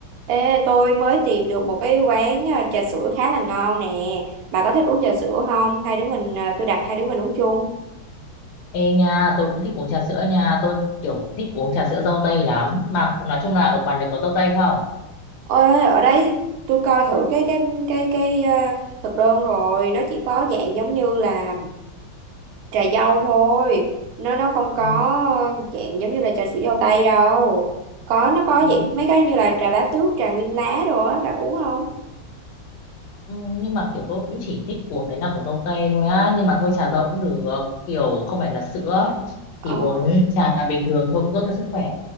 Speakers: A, on the right (about 85°); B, on the left (about 85°).
A: Ê, tôi mới tìm được một cái quán à, trà sữa khá là ngon nè. Bà có thích uống trà sữa không? Hai đứa mình à, tôi đặt hai đứa mình uống chung.
B: Ê nha, tôi cũng thích uống trà sữa nha, tôi kiểu thích uống trà sữa dâu tây lắm. Mà nói chung là ở quán đấy có dâu tây không?
A: Ôi, ở đấy tôi coi thử cái cái cái cái à, thực đơn rồi, nó chỉ có dạng giống như là trà dâu thôi. Nó nó không có
B: Ừ,
A: dạng giống như là trà sữa dâu tây đâu. Có nó có
B: thế
A: dạng
B: thì-
A: mấy cái như là trà bá tước, trà nguyên lá đồ á, bà có uống không?
B: ừ, nhưng mà kiểu tôi cũng chỉ thích uống cái nào có dâu tây thôi á, nhưng mà thôi trà dâu cũng được, kiểu không phải là sữa.
A: Ờ.
B: Thì uống trà bình thường thôi cũng tốt cho sức khỏe.